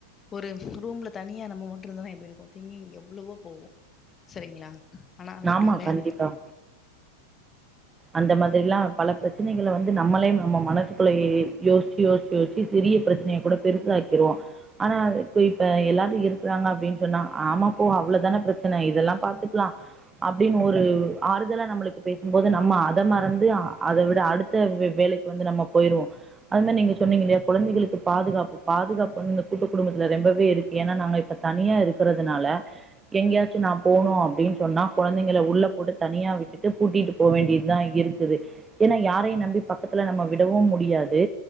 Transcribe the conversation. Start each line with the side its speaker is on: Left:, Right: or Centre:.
Left: ஒரு ரூம்ல தனியா நம்ம மட்டு இருந்தனா எப்டி இருக்கு திங்கிங்க் எவ்ளோவோ போகு சரிங்களா ஆனா அது அப்டி
Right: ஆமா,
Left: கடையாது
Right: கண்டிப்பா. அந்த மாதிரிலாம் பல பிரச்சனகள வந்து நம்மளே நம்ம மனசுக்குள்ள யோசிச்சு யோசிச்சு யோசிச்சு சிறிய பிரச்சனயை கூட பெருசாக்கிருவோ ஆனா அது இப்ப எல்லாரு இருக்கிறாங்க அப்டின்னு சொன்னா ஆமாப்போ அவ்ளோதானே பிரச்சன இதெல்லா பாத்துக்கலா அப்டின்னு ஒரு ஆறுதல நம்மளுக்கு பேசும்போது நம்ம ஆமா அதை மறந்து அதை விட அடுத்த வேலைக்கு வந்து நம்ம போயிருவோம் அது மாரி நீங்க சொன்னீங்கல்லையா கொழந்தைகளுக்கு பாதுகாப்பு பாதுகாப்பு வந்து இந்த கூட்டு குடும்பத்துல ரொம்பவே இருக்கு ஏன்னா நாங்க இப்ப தனியா இருக்கிறதுனால எங்கேயாச்சு நா போனும் அப்டின்னு சொன்னா கொழந்தைகள உள்ள போட்டு தனியா விட்டுட்டு கூட்டிட்டு போ வேண்டிதா இருக்குது ஏனா யாரையு நம்பி பக்கத்துல நம்ம விடவு முடியாது